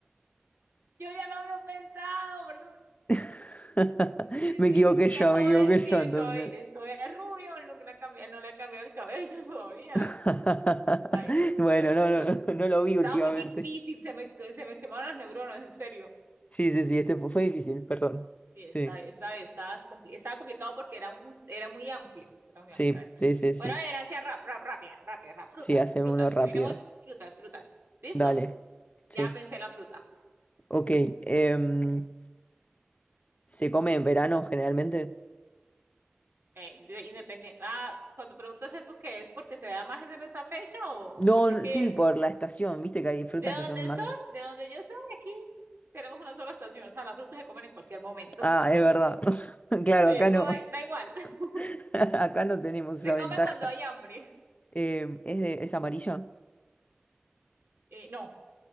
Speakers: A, on the right (about 70°); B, on the left (about 35°).
A: Yo ya lo había pensado, por eso te-
B: <laughs>
A: me dicen,
B: me equivoqué yo,
A: de joven,
B: me equivoqué
A: sí,
B: yo entonces.
A: todavía, él todavía es rubio, él no le ha cambiado, él no le ha cambiado el cabello <laughs> todavía.
B: <laughs>
A: Ay, no, no,
B: Bueno,
A: no,
B: no,
A: entonces,
B: no, no, no lo vi
A: estaba
B: últimamente.
A: muy difícil, se me, se me quemaron las neuronas, en serio.
B: Sí, sí, sí, este fu- fue difícil, perdón.
A: Sí, sí, esa,
B: Sí,
A: esa, esa es compli- estaba complicado porque era, un, era muy amplio, era muy
B: sí,
A: amplio. A ver.
B: sí, sí, sí.
A: Bueno, la herencia rap, rap, rápida, rápida, rap. Frutas,
B: Sí, hacemos
A: frutas.
B: uno rápido.
A: Tenemos frutas, frutas. ¿Listo?
B: Dale, sí,
A: Ya pensé la fruta.
B: ok. em, ¿se come en verano generalmente?
A: Eh, independiente. Ah, cuando preguntas eso, ¿qué es? ¿Porque se da más en esa fecha o
B: No,
A: porque
B: n-
A: es que
B: sí, por la estación, viste que hay frutas
A: de dónde
B: que son más...
A: soy, de dónde yo soy, aquí tenemos una sola estación. O sea, las frutas se comen en cualquier momento.
B: Ah,
A: <laughs>
B: es verdad. <laughs> Claro,
A: Sí,
B: acá
A: eso
B: no,
A: da, da igual. <laughs>
B: <laughs> acá no tenemos
A: Se
B: esa
A: come
B: ventaja.
A: cuando hay hambre.
B: Em, es de, es amarilla,
A: Eh, no,